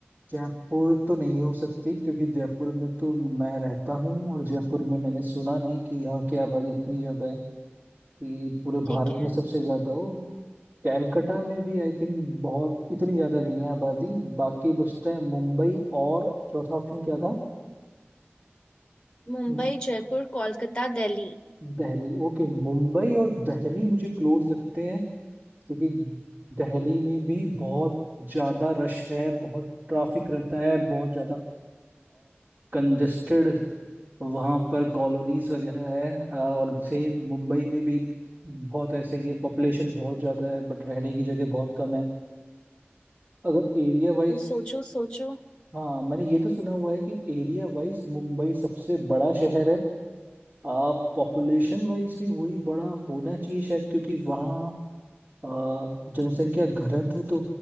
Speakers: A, on the right; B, on the left.
A: जयपुर तो नहीं हो सकती क्योंकि जयपुर में तो मैं रहता हूँ और जयपुर में मैंने सुना नहीं कि यहाँ की आबादी इतनी ज्यादा है कि पूरे
B: ठीक
A: भारत
B: है
A: में सबसे ज्यादा हो कैलकटा में भी आई थिंक बहुत इतनी ज्यादा नहीं है आबादी बाकी बचता है मुंबई और चौथा ऑप्शन क्या
B: मुंबई
A: था
B: जयपुर कोलकाता दिल्ली
A: दिल्ली ओके मुंबई और दिल्ली मुझे क्लोज लगते हैं क्योंकि दिल्ली में भी बहुत ज्यादा रश है बहुत ट्रैफिक रहता है बहुत ज्यादा कंजेस्टेड वहाँ पर कॉलोनीज वगैरह है अ, और सेम मुंबई में भी बहुत ऐसे ही है पॉपुलेशन बहुत ज्यादा है बट रहने की जगह बहुत कम है अगर एरिया वाइज
B: तो सोचो सोचो
A: हाँ मैंने ये तो सुना हुआ है कि एरिया वाइज मुंबई सबसे बड़ा शहर है आप पॉपुलेशन वाइज भी वही बड़ा होना चाहिए शायद क्योंकि वहाँ अ, जनसंख्या घनत्व तो